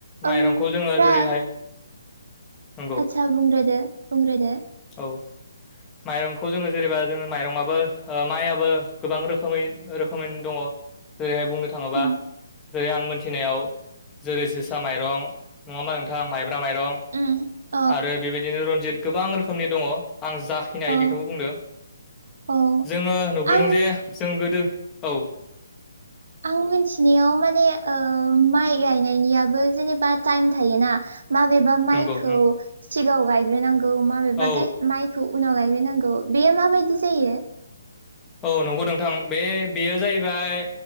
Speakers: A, on the left; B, on the right.
A: माइरंखौ
B: ओमफ्राय
A: जोङो जेरैहाय नंगौ
B: आदसा बुंग्रोदो बुंग्रोदो।
A: औ माइरंखौ जोङो जेनेबा जोङो माइरंआबो माइआबो गोबां रोखोमै रोखोमैनो दङ। जेरैहाय बुंनो थाङोबा
B: होम
A: जेरै आं मोनथिनायाव जेरै जोसा माइरं नङा होमबा नोंथां माइब्रा माइरं।
B: ओम।
A: आरो बेबायदिनो रनजित गोबां रोखोमनि दङ आं जाखिनाय
B: औ
A: बेखौबो बुंदों।
B: औ
A: जोङो नुबोदों
B: आं
A: जे जों गोदो औ।
B: आं मिथिनायाव माने माइ गायनायनियाबो जेनेबा टाइम थायोना। माबेबा माइखौ
A: नंगौ नों
B: सिगाङाव गायग्रोनांगौ माबेबा
A: औ
B: गाय माइखौ उनाव गायग्रोनांगौ बेयो माबायदि जायो?
A: औ नंगौ नोंथां बे बेयो जाहैबाय